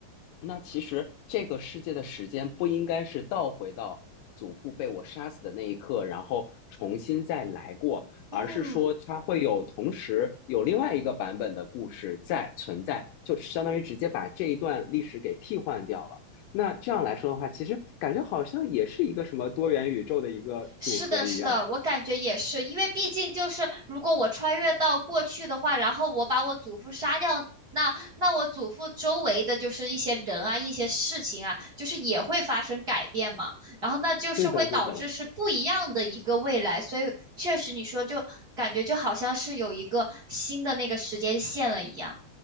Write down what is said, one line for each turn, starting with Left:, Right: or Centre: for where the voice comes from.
Left: 那其实这个世界的时间不应该是倒回到祖父被我杀死的那一刻，然后重新再来过，
Right: 嗯，
Left: 而是说它会有同时有另外一个版本的故事在存在，就相当于直接把这一段历史给替换掉了。那这样来说的话，其实感觉好像也是一个什么多元宇宙的一个组合一样。
Right: 是的，是的，我感觉也是，因为毕竟就是如果我穿越到过去的话，然后我把我祖父杀掉，那那我祖父周围的就是一些人啊，一些事情啊，就是也会发生改变嘛，然后那就是会导致是不一样的一个未来，
Left: 对的，对的。
Right: 所以确实你说就感觉就好像是有一个新的那个时间线了一样。